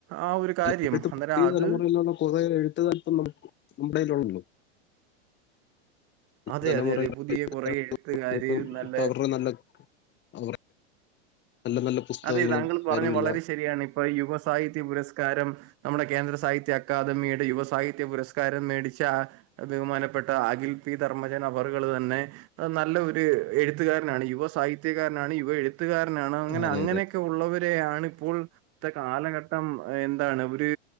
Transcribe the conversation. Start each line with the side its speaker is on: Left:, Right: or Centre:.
Right: ആ ഒരു കാര്യം
Left: ഇപ്പോഴത്തെ
Right: അന്നേരം
Left: പുതിയ
Right: അത്
Left: തലമുറയിൽന്നുള്ള കുറകെ എഴു തത്തും നമ്മുടെേൽ ഉള്ളോ
Right: അതെ
Left: തലമുറ
Right: അതെ അതെ
Left: ഇപ്പ
Right: പുതിയ കുറെ എഴുത്തുകാര്
Left: ഇപ്പൊ
Right: നല്ല
Left: അവരുടെ നല്ല അവ നല്ല നല്ല പുസ്തകങ്ങളും
Right: അതെ താങ്കൾ പറഞ്ഞ
Left: കാര്യങ്ങളെല്ലാം
Right: വളരെ ശരിയാണ് ഇപ്പൊ യുവ സാഹിത്യ പുരസ്കാരം നമ്മുടെ കേന്ദ്ര സാഹിത്യ അക്കാദമിയുടെ യുവ സാഹിത്യ പുരസ്കാരം മേടിച്ച ബഹുമാനപ്പെട്ട അഖിൽ പി ധർമ്മജൻ അവറുകള് തന്നെ അഹ് നല്ല ഒരു എഴുത്തുകാരനാണ് യുവ സാഹിത്യകാരനാണ് യുവ എഴുത്തുകാരനാണ് അങ്ങനെ
Left: അതെ
Right: അങ്ങനെയൊക്കെ
Left: അതെ
Right: ഉള്ളവരാണ് ഇപ്പോഴത്തെ കാലഘട്ടം എന്താണ് ഒരു